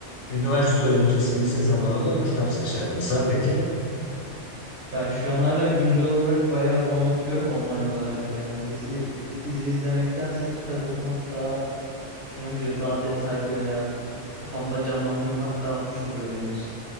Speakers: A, on the left; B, on the right.
A: üniversite öncesi, lise zamanı kitap seçerdim. Sen peki?
B: Ben şu an hala güncel olarak bayağı roman okuyorum online olarak yani. Dizi dizi izlemektense kitap okumak daha hoşuma gidiyor. Daha detaylı veya kafamda canlandırmak daha hoş oluyor benim için.